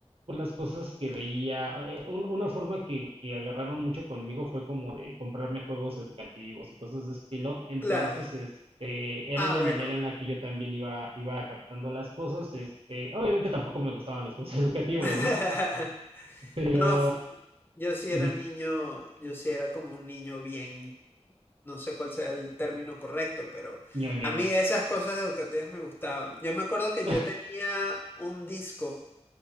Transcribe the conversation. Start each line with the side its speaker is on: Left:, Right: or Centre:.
Right: pues las cosas que veía. eh, un- una forma que, que agarraron mucho conmigo fue como de comprarme juegos educativos y cosas de estilo. Entonces,
Left: Claro.
Right: este, era
Left: Ah,
Right: una
Left: bueno.
Right: manera en la que yo también iba, iba captando las cosas. Este, obviamente tampoco me gustaban los juegos <laughs> educativos,
Left: <laughs>
Right: ¿no? Pero,
Left: No, f- yo sí era
Right: mm,
Left: niño, yo sí era como un niño bien, no sé cuál sea el término correcto, pero
Right: ñoño.
Left: a mí esas cosas educativas me gustaban. Yo me acuerdo que yo
Right: <laughs>
Left: tenía un disco